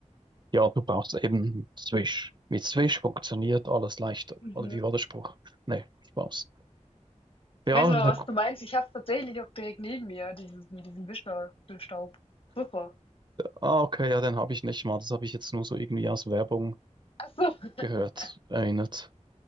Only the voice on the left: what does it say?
Mhm.
Ich weiß aber,
was du meinst. Ich habe es tatsächlich auch direkt neben mir, dieses, mit diesem Wischer für Staub. Super.
Ach so.
<laughs>